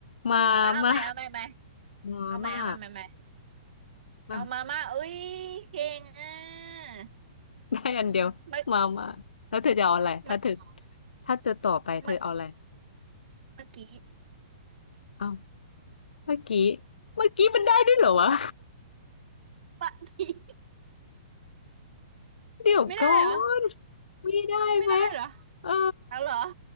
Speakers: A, on the left; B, on the right.
A: มามา
B: อ่ะเอาใหม่เอาใหม่ใหม่
A: มามา
B: เอาใหม่เอาใหม่ใหม่ใหม่
A: มา
B: เอามามาเอ้ยเก่งอ่ะ
A: ได้อันเดียวมามาแล้วเธอจะเอาอะไรถ้าเธอ
B: เมามา
A: ถ้าเธอต่อไปเธอเอาอะไร
B: มาเมื่อกี้
A: อ้าวเมื่อกี้เมื่อกี้มันได้ด้วยเหรอวะ
B: ะกี้
A: เดี๋ยวก่อ
B: ไม่ได้เหรอ
A: นไม่ได้ไหม
B: ไม่ได้เหรอ
A: เออ
B: อ๋อเหรอ